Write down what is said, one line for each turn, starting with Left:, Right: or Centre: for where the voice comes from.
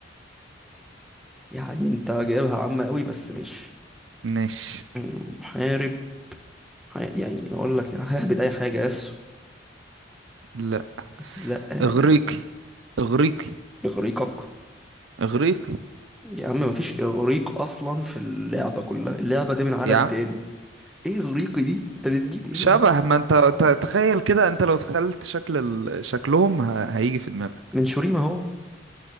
Centre: يعني انت جايبها عامة قوي بس مش
Right: ماشي
Centre: مم، محارب ح- يعني اقول لك يعني ههبد اي حاجة يسو
Right: لا
Centre: اكيد لا يعني
Right: إغريقي
Centre: ما
Right: إغريقي
Centre: اغريقك
Right: إغريقي
Centre: يا عم مفيش اغريق اصلا في اللعبه كلها اللعبه دي من عالم
Right: يا عم
Centre: تاني ايه اغريقي دي انت بتجيب ايه
Right: شبه ما انت ت- تخيل كده انت لو تخيلت شكل ال... شكلهم ه... هيجي في دماغك
Centre: من شوريما هو